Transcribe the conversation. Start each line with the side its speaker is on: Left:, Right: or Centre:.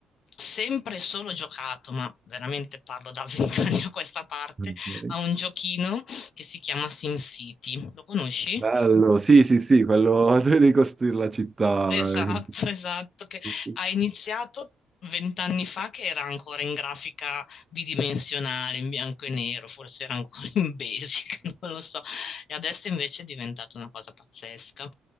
Left: sempre e solo giocato, ma veramente parlo da <laughs> vent'anni a questa parte,
Right: ok.
Left: a un giochino che si chiama SimCity. Lo conosci?
Right: Bello, sì, sì, sì, quello <laughs> di ricostruire la città.
Left: Esatto,
Right: eh.
Left: <laughs> esatto, che
Right: <laughs>
Left: ha iniziato vent'anni fa che era ancora in grafica bidimensionale, in bianco e nero, forse era ancora in basic, <laughs> non lo so, e adesso invece è diventata una cosa pazzesca